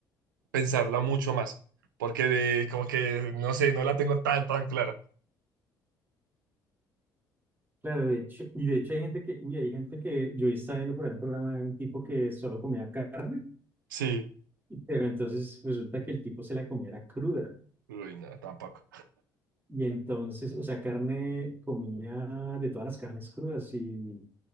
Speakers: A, on the right (about 75°); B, on the right (about 20°).
A: pensarla mucho más, porque de- como que, no sé, no la tengo tan, tan clara.
B: Claro, de hecho, y de hecho hay gente que, uy, hay gente que yo estaba viendo por ahí un programa de un tipo que solo comía carne
A: Sí,
B: Pero entonces resulta que el tipo se la comía era cruda.
A: uy, no, tampoco.
B: Y entonces, o sea, carne, comía de todas las carnes crudas. Y,